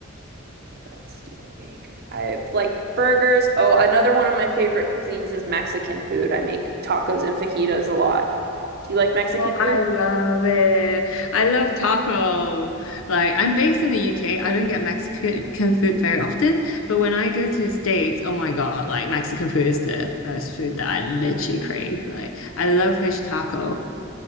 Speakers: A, on the right; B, on the left.
A: What else do I make? I like burgers. Oh, another one of my favorite cuisines is Mexican food. I make tacos and fajitas a lot. Do you like Mexican
B: Oh,
A: food?
B: I love it. I love taco. Like, I'm based in the UK. I don't get Mexican food very often, but when I go to the States, oh my God, like Mexican food is the first food that I literally crave. Like, I love fish taco.